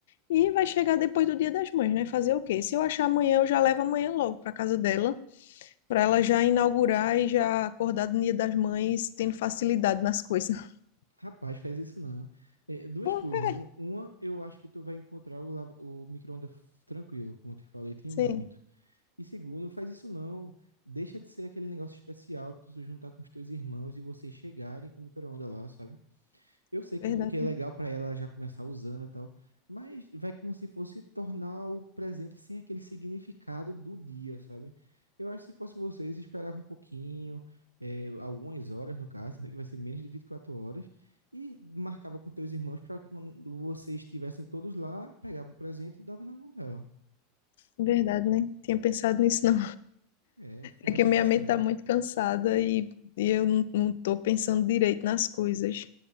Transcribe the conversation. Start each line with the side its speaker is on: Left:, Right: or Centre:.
Left: e vai chegar depois do Dia das Mães, né? Fazer o quê? Se eu achar amanhã, eu já levo amanhã logo para casa dela para ela já inaugurar e já acordar do Dia das Mães tendo facilidade nas coisas. <laughs>
Right: Rapaz, faz isso não. É, duas
Left: Por
Right: coisas.
Left: quê?
Right: Um- Uma, eu acho que tu vai encontrar o, lava- o micro-ondas f- tranquilo, como eu te falei, tinha
Left: Sim,
Right: muito. E segundo, faz isso não. Deixa de ser aquele negócio especial, tu se juntar com os teus irmãos e vocês chegarem com o micro-ondas lá, sabe? Eu sei que,
Left: verdade.
Right: que é legal pra ela já começar usando e tal, mas vai como se fosse tornar o presente sem aquele significado do dia, sabe? Eu acho que se fosse vocês, esperava um pouquinho, é, algumas horas no caso, né, que vai ser menos de 24 horas, e marcava com teus irmãos pra quando vocês estivessem todos lá, pegava o presente e dava na mão dela.
Left: Verdade, né? Tinha pensado nisso, não.
Right: É, fica
Left: É
Right: mais
Left: que
Right: especial.
Left: a minha mente tá muito cansada e, e eu não, não tô pensando direito nas coisas.